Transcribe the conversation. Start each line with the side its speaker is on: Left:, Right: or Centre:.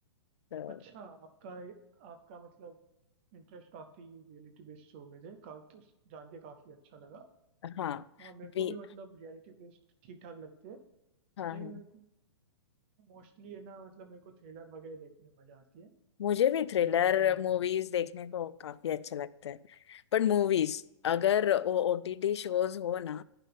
Left: तो
Right: अच्छा आपका आपका मतलब इंटरेस्ट काफी रियलिटी बेस्ड शो में थे का, तो जान के काफी अच्छा लगा
Left: हाँ
Right: हाँ मेरे
Left: भी
Right: को भी मतलब रियलिटी बेस्ड ठीक ठाक लगते हैं
Left: हाँ
Right: लेकिन
Left: हाँ
Right: मेरे को मोस्टली है ना मतलब मेरे को थ्रिलर वगैरह देखने में मजा आती है
Left: मुझे
Right: जैसे
Left: भी थ्रिलर
Right: कि हमको ला
Left: मूवीज देखने को काफी अच्छा लगता है बट मूवीज अगर वो ओटीटी शोज हो ना